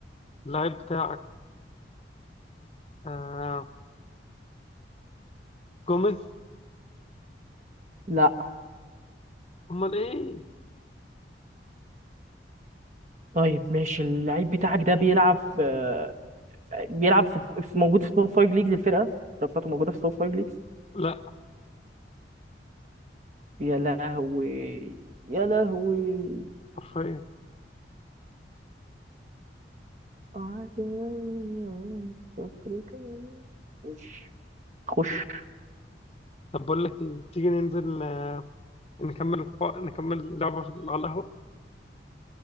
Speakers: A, on the left; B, on the right.
A: اللاعب بتاعك آه جوميز
B: لا
A: أمال إيه
B: طيب ماشي اللعيب بتاعك ده بيلعب آه، بيلعب في في- موجود في توب فايف ليجز الفرقه بتاعته موجوده في توب فايف ليجز
A: لا
B: يا لهوي يا لهوي
A: حرفيا
B: عشان فكرك مش خش
A: طب بقول لك إيه تيجي ننزل آه، نكمل نكمل لعبة على القهوة